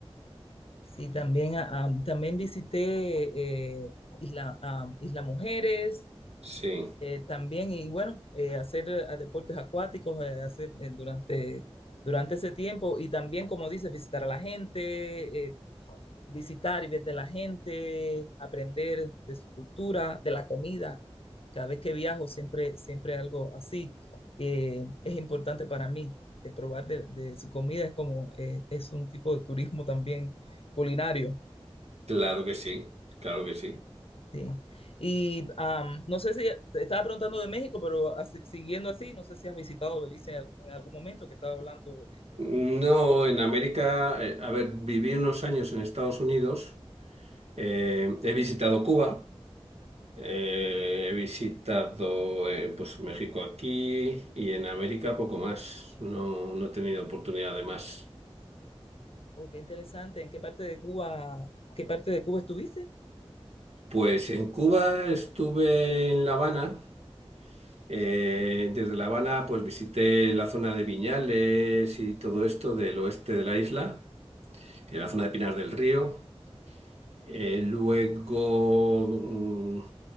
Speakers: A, on the left; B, on the right.
A: Sí, también, ah, ah, también visité eh, Isla, ah, Isla Mujeres,
B: Sí,
A: eh, también, y bueno, eh, hacer eh, deportes acuáticos, eh, hacer eh, durante, durante ese tiempo, y también, como dices, visitar a la gente, eh, visitar y ver de la gente, aprender de su cultura, de la comida. Cada vez que viajo, siempre, siempre algo así eh, es importante para mí. Eh, probar de, de, su comida es como, eh, es un tipo de turismo también culinario.
B: claro que sí, claro que sí.
A: Sí. Y um, no sé si te estaba preguntando de México, pero así, siguiendo así, no sé si has visitado Belice en, al- en algún momento que estaba hablando. De,
B: No,
A: Belice.
B: en América, eh, a ver, viví unos años en Estados Unidos, eh, he visitado Cuba. Eh, he visitado eh, pues México aquí y en América poco más. No, no he tenido oportunidad de más.
A: oh, qué interesante. ¿En qué parte de Cuba, qué parte de Cuba estuviste?
B: Pues en Cuba estuve en La Habana. Eh, desde La Habana pues visité la zona de Viñales y todo esto del oeste de la isla, en la zona de Pinar del Río. Eh, luego mm,